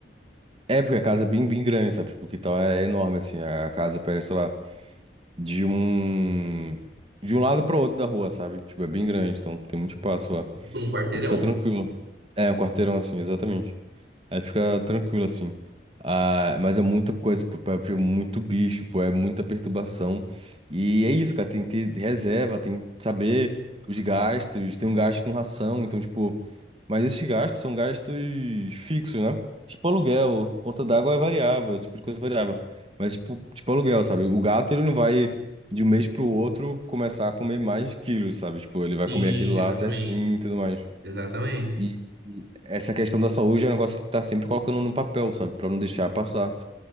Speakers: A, on the right; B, on the right.
A: É, porque a casa é bem, bem grande, sabe? Porque então é enorme, assim. A casa pega, sei lá, de um. De um lado para outro da rua, sabe? Tipo, é bem grande, então tem muito espaço lá.
B: tipo num quarteirão.
A: Aí fica tranquilo. É, um quarteirão assim, exatamente. Aí fica tranquilo, assim. Ah, mas é muita coisa, pô, é pô, é muito bicho, pô, é muita perturbação. E é isso, cara, tem que ter reserva, tem que saber os gastos, tem um gasto com ração, então, tipo... Mas esses gastos são gastos fixos, né? Tipo aluguel, conta d'água é variável, esse tipo de coisa é variável. Mas, tipo, tipo aluguel, sabe? O gato, ele não vai, de um mês pro outro, começar a comer mais quilos, sabe? Tipo, ele vai
B: Sim,
A: comer aquilo lá
B: exatamente.
A: certinho e tudo mais.
B: Exatamente.
A: E e essa questão da saúde é um negócio que tá sempre colocando no papel, sabe? Pra não deixar passar.